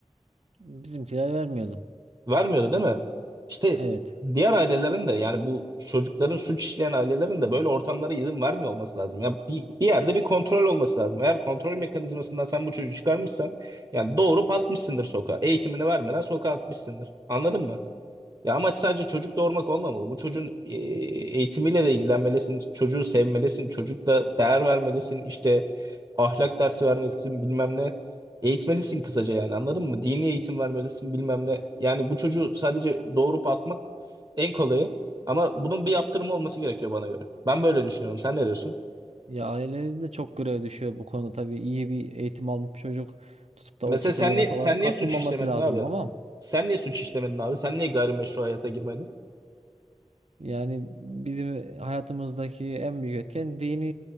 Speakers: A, on the right (about 80°); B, on the right (about 40°).
A: Bizimkiler vermiyordu.
B: Vermiyordu değil mi? İşte
A: Evet.
B: diğer ailelerin de yani bu çocukların suç işleyen ailelerin de böyle ortamlara izin vermiyor olması lazım. Ya bir, bir yerde bir kontrol olması lazım. Eğer kontrol mekanizmasından sen bu çocuğu çıkarmışsan yani doğurup atmışsındır sokağa. Eğitimini vermeden sokağa atmışsındır. Anladın mı? Ya amaç sadece çocuk doğurmak olmamalı. Bu çocuğun e, eğitimiyle de ilgilenmelisin, çocuğu sevmelisin, çocukla değer vermelisin, işte ahlak dersi vermelisin, bilmem ne. Eğitmelisin kısaca yani anladın mı? Dini eğitim vermelisin, bilmem ne. Yani bu çocuğu sadece doğurup atmak en kolayı. Ama bunun bir yaptırımı olması gerekiyor bana göre. Ben böyle düşünüyorum. Sen ne diyorsun?
A: Ya ailenin de çok görev düşüyor bu konuda tabii İyi bir eğitim almış bir çocuk tutup da
B: Mesela
A: o çetelere
B: sen niye,
A: falan
B: sen
A: katılmaması
B: niye suç işlemedin
A: lazım
B: abi?
A: ama
B: Sen niye suç işlemedin abi? Sen niye gayrimeşru hayata girmedin?
A: Yani bizim hayatımızdaki en büyük etken dini